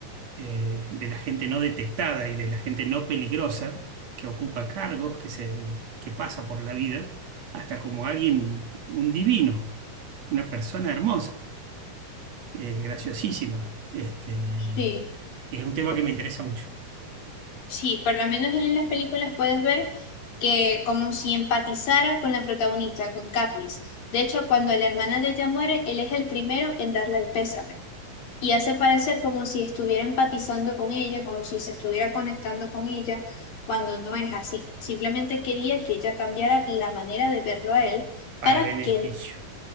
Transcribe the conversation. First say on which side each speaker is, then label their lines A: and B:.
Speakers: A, on the right (about 55°); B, on the left (about 80°).
A: eh, de la gente no detectada y de la gente no peligrosa que ocupa cargos, que se, que pasa por la vida, hasta como alguien, un divino, una persona hermosa, eh, graciosísima. Este,
B: Sí,
A: es un tema que me interesa mucho,
B: sí, por lo menos en las películas puedes ver que como si empatizara con la protagonista, con Katniss. De hecho, cuando la hermana de ella muere, él es el primero en darle el pésame y hace parecer como si estuviera empatizando con ella, como si se estuviera conectando con ella, cuando no es así. Simplemente quería que ella cambiara la manera de verlo a él
A: para
B: para
A: beneficio,
B: que